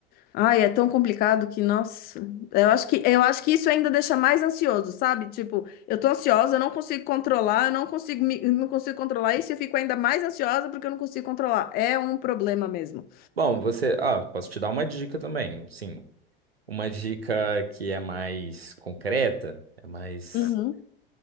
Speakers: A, on the left; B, on the right.
A: Ai, é tão complicado que, nossa, eu acho que, eu acho que isso ainda deixa mais ansioso, sabe? Tipo, eu tô ansiosa, eu não consigo controlar, eu não consigo me, eu não consigo controlar isso, e eu fico ainda mais ansiosa porque eu não consigo controlar. É um problema mesmo.
B: Bom, você, ah, posso te dar uma dica também, sim. Uma dica que é mais concreta, é mais,
A: Uhum,